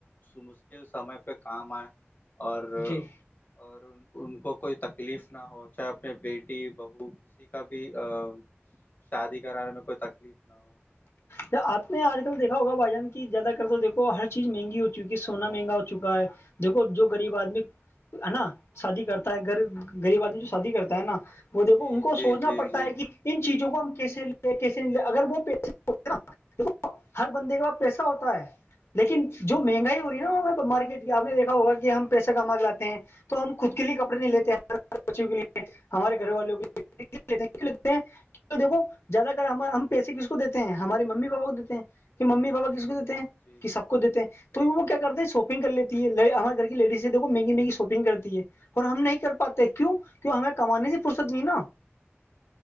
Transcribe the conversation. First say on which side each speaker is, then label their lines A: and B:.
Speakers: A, on the left; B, on the left.
A: مشکل سمے پہ کام آئے اور
B: جی
A: اور ان ان کو کوئی تکلیف نہ ہو چاہے اپنے بیٹی بہو کسی کا بھی ا شادی کرانے میں کوئی تکلیف نہ ہو
B: ج آپ نے آج کل دیکھا ہوگا بھائی جان کی زیادہ کر تویکھو ہر چیز مہنگی ہو چک ہے سونا مہنگا ہو چکا ہے دیکھو جو غریب آدمی ہے نا شادی کرتا ہے گب غریب آدمی جو شادی کرتا ہے نا وہ دیکھو
A: جی
B: ان کو
A: جی
B: سوچنا
A: جی
B: پڑتا
A: جی
B: ہے کہ ان چیزوں کو ہم کیسے لے کیسے لے اگر وہ پیسے دیک ہر بندے کے بعس پیسہ ہوتا ہے لیکن جو مہنگائی ہو رہی نا وہ مارکیٹ کی آپ نے دیکھا ہوگا کہ ہم پیسہ کما کر لاتے ہیں تو ہم خود کے لیے کپڑے نہیں لیتے ہمے بچیوں کے لیے ہمارے گھر والوں کے لیے لگتے ہیں دیکھو زیادہ کر ہم ہم پیسے کس کو دیتے ہیں ہمارے ممی پاپا کو دیتے ہیں کہ ممی پاپا کس کو دیتے ہیں
A: جی
B: کہ سب کو دیتے ہیں تو وہ کیا کرتے ہیں شاپنگ کر لیتی ہے ہمارے گھر کی لیڈیز ہےیکھ مہگی مہنی شاپنگ کرتی ہے اور ہم نہیں کر پاتے کیوں
A: جی
B: کیوں ہمیں کمانانی فرصت مینا